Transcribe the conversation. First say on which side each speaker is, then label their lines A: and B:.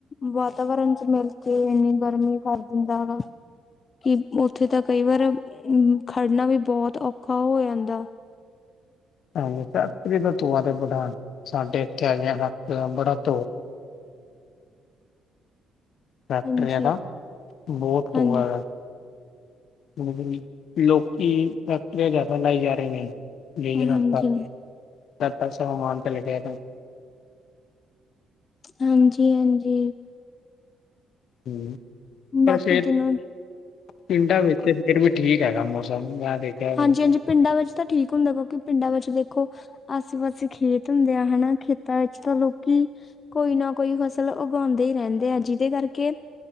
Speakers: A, on the left; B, on the left.
A: ਵਾਤਾਵਰਨ 'ਚ ਮਿਲ ਕੇ ਇੰਨੀ ਗਰਮੀ ਕਰ ਦਿੰਦਾ ਹੈਗਾ। ਕਿ, ਓਥੇ ਤਾਂ ਕਈ ਵਾਰ, ਖੜਨਾ ਵੀ ਬੋਤ ਔਖਾ ਹੋ ਜਾਂਦਾ।
B: ਹਾਂਜੀ, ਫੈਕਟਰੀ ਦਾ ਧੂੰਆਂ ਤੇ ਬੜਾ, ਸਾਡੇ ਇੱਥੇ ਹੈਗੀਆਂ ਫੈਕਟਰੀਆਂ ਬੜਾ ਧੂੰ ਫੈਕਟਰੀਆਂ
A: ਹਾਂਜੀ
B: ਦਾ ਬੋਤ ਧੂੰਆ
A: ਹਾਂਜੀ
B: ਹੈਗਾ। ਹੁਣ ਲੋਕ ਕੀ, ਫੈਕਟਰੀਆਂ ਜਾਦਾ ਲਾਈ ਜਾ ਰੇ ਨੇਂ। ਜੀ ਜੀ
A: ਹਾਂਜੀ
B: ਨਦ ਤਕ ਨਦ ਤੱਕ ਸ ਮਮਾਨ ਕੇ ਲੈ ਕੇ ਆਏ <unintelligible>
A: ਹਾਂਜੀ-ਹਾਂਜੀ।
B: ਹਮ ਪਰ,
A: ਬਾਕੀ
B: ਫੇਰ
A: ਦਿਨੋਂ
B: ਪਿੰਡਾਂ ਵਿੱਚ ਤਾਂ ਫੇਰ ਵੀ ਠੀਕ ਹੈਗਾ ਮੌਸਮ। ਮੈਂ ਦੇਖੇਆ ਸੀ।
A: ਹਾਂਜੀ-ਹਾਂਜੀ ਪਿੰਡਾਂ ਵਿੱਚ ਤਾਂ ਠੀਕ ਹੁੰਦਾ, ਕਿਉਂਕਿ ਪਿੰਡਾਂ ਵਿੱਚ ਦੇਖੋ ਆਸੇ-ਪਾਸੇ ਖੇਤ ਹੁੰਦੇ ਆ, ਹਨਾ ਖੇਤਾਂ ਵਿੱਚ ਤਾਂ ਲੋਕੀ ਕੋਈ ਨਾ ਕੋਈ ਫਸਲ ਉਗਾਉਂਦੇ ਹੀ ਰੈਂਦੇ ਆ, ਜਿਦੇ ਕਰਕੇ